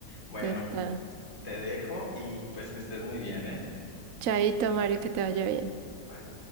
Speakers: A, on the left (about 80°); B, on the right (about 65°).
A: Bueno,
B: total.
A: te dejo y pues que estés muy bien, ¿eh?
B: Chaito, Mario, que te vaya bien.
A: Bye.